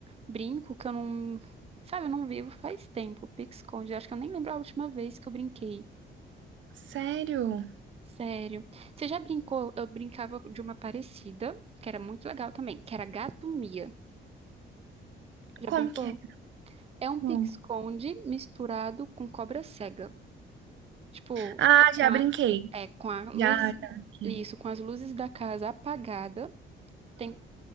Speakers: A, on the right; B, on the right.
A: brinco, que eu não, sabe, eu não vivo faz tempo. Pique-esconde. Acho que eu nem lembro a última vez que eu brinquei.
B: Sério?
A: Sério. Você já brincou? Eu brincava de uma parecida, que era muito legal também, que era gato mia. Já
B: Como
A: brincou?
B: que é?
A: É um
B: Não.
A: pique-esconde misturado com cobra cega. Tipo,
B: Ah,
A: com
B: já
A: a,
B: brinquei.
A: é, com a luz,
B: Já, já brinquei.
A: isso, com as luzes da casa apagada, tem,